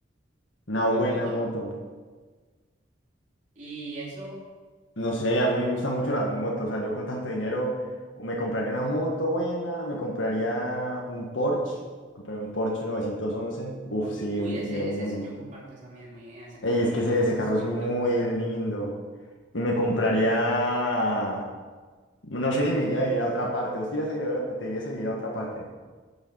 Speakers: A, on the left; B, on the right.
A: una
B: una
A: buena
B: moto.
A: moto.
B: Y eso,
A: No sé, a mí me gustan mucho las motos. O sea, yo con tanto dinero o me compraría una moto buena, me compraría un Porsche, compraría un Porsche novecientos once. Uf, sí,
B: Uy,
A: un-
B: ese,
A: de una.
B: ese sí yo comparto esa misma idea, ese
A: Ey,
B: carro
A: es
B: me
A: que ese,
B: parece
A: ese carro
B: espectacular.
A: es muy lindo. Y me compraría. No sé si me iría a vivir a otra parte. ¿Vos te irías a vivir a, te irías a vivir a otra parte?